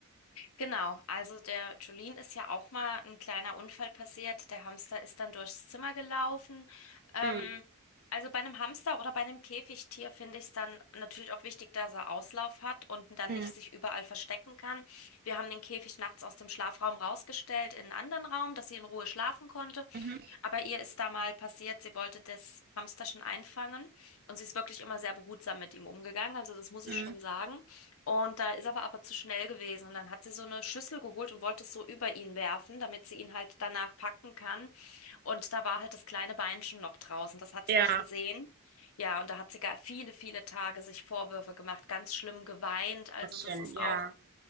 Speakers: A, on the left; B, on the right.
A: Genau, also der Jolene ist ja auch mal ein kleiner Unfall passiert. Der Hamster ist dann durchs Zimmer gelaufen. Ähm,
B: Mm,
A: also bei einem Hamster oder bei einem Käfigtier finde ich es dann natürlich auch wichtig, dass er Auslauf hat und dann
B: mm,
A: nicht sich überall verstecken kann. Wir haben den Käfig nachts aus dem Schlafraum rausgestellt in einen anderen Raum, dass sie in Ruhe schlafen konnte.
B: mhm,
A: Aber ihr ist da mal passiert, sie wollte das Hamsterchen einfangen und sie ist wirklich immer sehr behutsam mit ihm umgegangen, also das muss
B: mm.
A: ich schon sagen. Und da ist aber aber zu schnell gewesen und dann hat sie so eine Schüssel geholt und wollte es so über ihn werfen, damit sie ihn halt danach packen kann. Und da war halt das kleine Beinchen noch draußen, das hat
B: Ja,
A: sie nicht gesehen. Ja, und da hat sie gar viele, viele Tage sich Vorwürfe gemacht, ganz schlimm geweint. Also
B: Gottchen,
A: das ist
B: ja.
A: auch